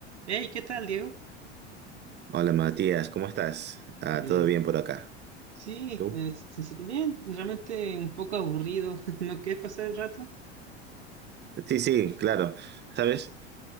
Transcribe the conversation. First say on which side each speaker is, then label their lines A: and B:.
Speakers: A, on the right; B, on the right.
A: Hey, ¿qué tal, Diego?
B: Hola Matías, ¿cómo estás? Ah,
A: Eh,
B: ¿todo bien por acá?
A: sí,
B: ¿Tú?
A: eh, se- se- bien, realmente un poco aburrido. <laughs> ¿No quieres pasar el rato?
B: Sí, sí, claro. ¿Sabes?